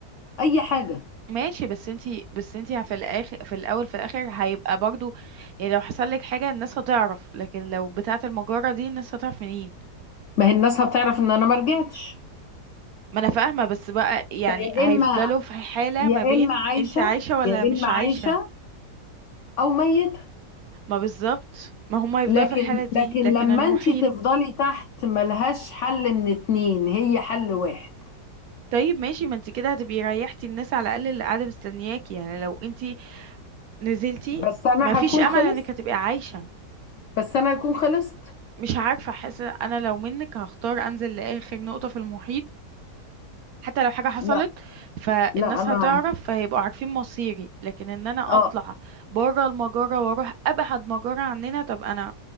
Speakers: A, on the left; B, on the right.
A: أي حاجة
B: ماشي بس انتي بس انتي في الاخر في الاول في الاخر هيبقى برضو يعني لو حصل لك حاجه الناس هتعرف لكن لو بتاعه المجره دي الناس هتعرف منين
A: ما هي الناس هتعرف إن أنا ما رجعتش
B: ما انا فاهمه بس بقى يعني
A: فيا
B: هيفضلوا
A: إما
B: في حاله
A: يا
B: ما بين
A: إما عايشة
B: انتي عايشه ولا
A: يا إما
B: مش عايشه
A: عايشة أو ميتة
B: ما بالظبط ما هم هيفضلوا
A: لكن
B: في الحاله دي
A: لكن
B: لكن
A: لما
B: المحيط
A: انت تفضلي تحت ملهاش حل من اتنين هي حل واحد
B: طيب ماشي ما انتي كده هتبقي ريحتي الناس على الاقل اللي قاعده مستنياكي يعني لو انتي نزلتي
A: بس انا
B: ما فيش
A: هكون
B: امل
A: خلصت
B: انك هتبقي عايشه
A: بس انا هكون خلصت
B: مش عارفه حاسه انا لو منك هختار انزل لاخر نقطه في المحيط حتى لو حاجة حصلت
A: لا
B: فالناس
A: لا انا
B: هتعرف فيبقوا عارفين مصيري لكن ان انا
A: اه
B: اطلع بره المجرة واروح ابعد مجرة عننا طب انا